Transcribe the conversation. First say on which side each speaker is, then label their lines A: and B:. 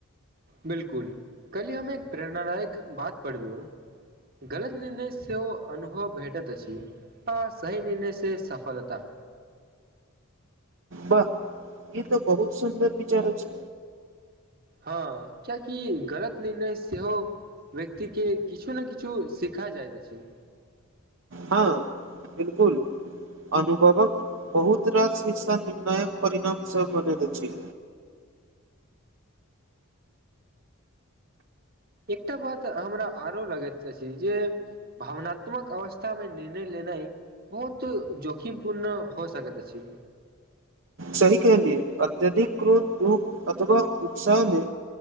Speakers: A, on the right; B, on the right.
A: बिलकुल, काल्हि हम एक प्रेरणादायक बात पढ़लहुं गलत निर्णय सेहो अनुभव भेटैत अछि। आ सही निर्णय से सफलता।
B: वाह ई तऽ बहुत सुन्दर विचार अछि।
A: हँ कियकि गलत निर्णय सेहो व्यक्ति के किछु ने किछु सिखा जाइत अछि।
B: हँ बिलकुल। अनुभवक बहुत रास हिस्सा निर्णायक परिणाम से बनैत अछि।
A: एकटा बात हमरा आरो लगैत अछि जे भावनात्मक अवस्था मे निर्णय लेनाइ बहुत जोखिमपूर्ण हो सकैत अछि।
B: सही कहलियै, अत्यधिक क्रोध, दुःख अथवा उत्साह मे